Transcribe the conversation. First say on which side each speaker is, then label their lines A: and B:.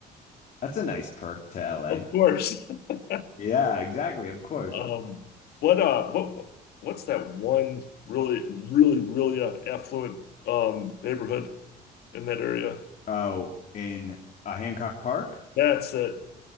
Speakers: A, on the left; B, on the left.
A: that's a nice perk to LA.
B: Of course. <laughs>
A: Yeah, exactly. Of course.
B: Um, what uh what what's that one really really really uh, affluent um neighborhood in that area?
A: Oh, in uh, Hancock Park?
B: That's it.